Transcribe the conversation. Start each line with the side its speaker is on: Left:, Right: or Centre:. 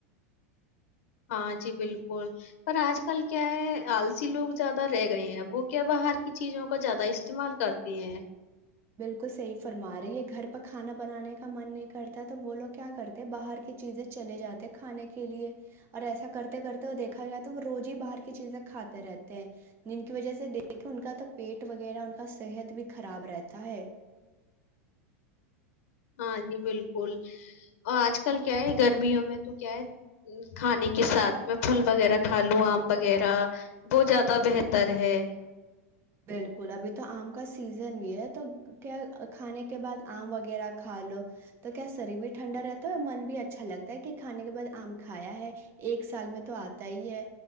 Left: ہاں جی بالکل پر آج کل کیا ہے آل ی لوگ زیادہ رہ گئے ہیں وہ کیا باہر کی چیزوں کا زیادہ استعمال کرتی ہیں
Right: بالکل صحیح فرما رہے یہ گھر پرہ کھانا بنانے کا من نہیں کرتا تو وہ لوگ کیا کرتے باہر کی چیزیں چلے جاتے کھانے کے لیے اور ایسا کرتے کرتے وہ دیکھا جائے تو وہ روز ہی باہر کی چیزیں کھاتے رہتے ہیں جن کی وجہ سے دیکھیں ان کا تو پیٹ وغیرہ ان کا صحت بھی خراب رہتا تا ہے
Left: ہاں جی بالکل اور آج کل کیا ہے گرمیوں میں تو کیا ہے کھانے کے ساتھ میں پھل وغیرہ کھا لوں آم وغیرہ بو زیادہ بہتر ہے
Right: بالکل ابھی تو آم کا سیزن بھی ہے تو کیا کھانے کے بعد آم وغیرہ کھا لو تو کیا شریر بھی ٹھنڈا رہتا ہے من بھی اچھا لگتا ہے کہ کھانے کے بعد آم کھایا ہے ایک سال میں تو آتا ہی ہے